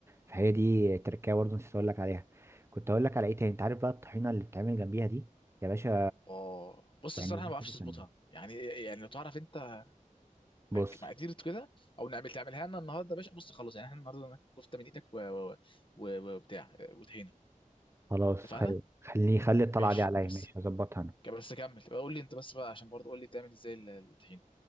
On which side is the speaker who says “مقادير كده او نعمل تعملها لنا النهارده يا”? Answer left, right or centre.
Left